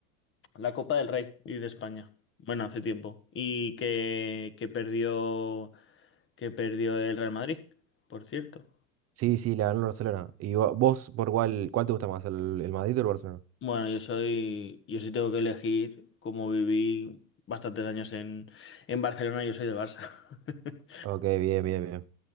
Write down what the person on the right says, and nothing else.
Sí, sí, le ganó el Barcelona. ¿Y vo- vos por cuál, cuál te gusta más, el, el Madrid o el Barcelona?
Ok, bien, bien, bien.